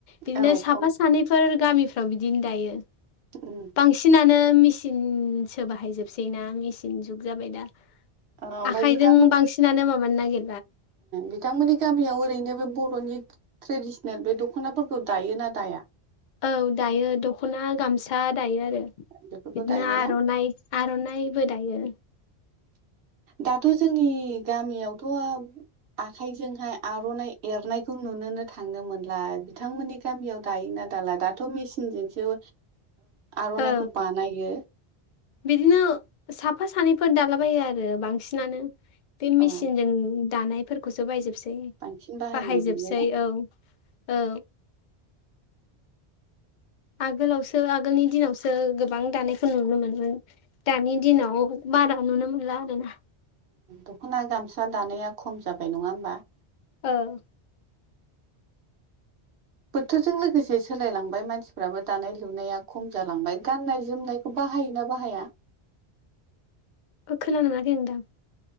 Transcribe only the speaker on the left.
बिदिनो
साफा
सानैफोर गामिफ्राव बिदिनो दायो
बांसिनानो मिसि मेचनसो बाहायजोबसै ना मेचिन जुग जाबाय दा
आखाइजों
बांसिनानो मामानो नागिर
औ दायो दख'ना गामसा दायो आरो
बिदिनो
आर'नाइ आर'नाइबो दायो
औ
बिदिनो साफा सानैफोर दालाबायो आरो बांसिनानो बे मेसिनजों
दानायफोरखौसो बायजोब
बाहायजोबसै
औ औ आगोलावसो आगोलनि दिनावसो गोबां दानायखौ नुनो मोनोन दानि दिनाव बारा ननो मोनला ला आरोना
औ।
खोनानो मोनाखै नोंदां।